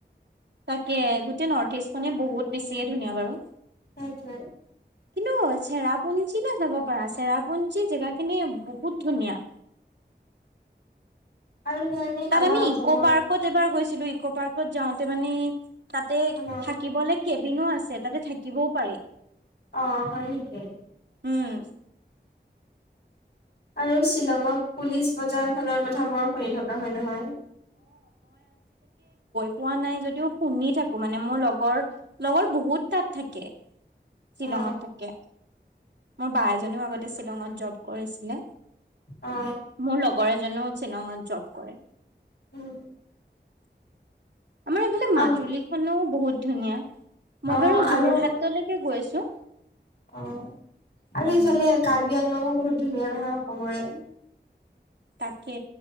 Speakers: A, on the right (about 75°); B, on the left (about 60°).
A: তাকে গোটেই নৰ্থ ইষ্টখনে বহুত বেছিয়ে ধুনীয়া বাৰু
B: সেইটোৱে
A: কিন্তু চেৰাপুঞ্জীলে যাব পাৰা চেৰাপুঞ্জী জেগাখিনি বহুত ধুনীয়া
B: আৰু জানানে
A: তাত
B: আমাৰ
A: আমি
B: অসমৰ
A: ইক' পাৰ্কত এবাৰ গৈছো ছিলো ইক' পাৰ্কত যাওঁতে মানে তাতে
B: অ
A: থাকিবলে কেবিনো আছে তাতে থাকিবও পাৰি
B: অ হয় নেকি
A: উম
B: আৰু শ্বিলঙত পুলিচ বজাৰ খনৰ কথা বৰ শুনি থকা হয় নহয়।
A: কোৱা নাই যদিও শুনি থাকো মানে মোৰ লগৰ লগৰ বহুত তাত থাকে শ্বিলংত
B: অ
A: থাকে মোৰ বা এজনীও আগতে শ্বিলঙত জব চিলে
B: অ
A: মোৰ লগৰে ঙাত জব কৰে
B: উম
A: আমাৰ এইফালে মাজুলী
B: আম
A: খনো বহুত ধুনীয়া মই
B: অ
A: বাৰু
B: আৰু
A: যোৰহাটলৈকে গৈ আছো
B: অহ আৰু
A: উম।
B: এইফালে কাৰ্বি আংলং বহুত ধুনীয়া নহয় অসমৰে
A: তাকে